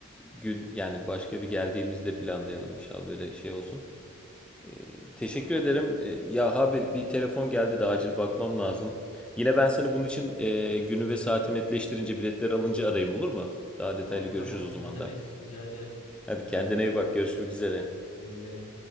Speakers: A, in the centre; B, on the left (about 65°).
A: gün yani başka bir geldiğimizde planlayalım inşallah böyle şey olsun. Ee, teşekkür
B: Tamam.
A: ederim. Ee, ya abi bir telefon geldi de acil bakmam lazım. Yine ben seni bunun için e, günü ve saati netleştirince biletler alınca arayayım olur mu? Daha
B: Tamam
A: detaylı görüşürüz
B: tamamdır
A: o zaman
B: ne demek
A: da.
B: rica ederim.
A: Hadi kendine
B: Ee,
A: iyi bak. Görüşmek üzere.
B: güle güle.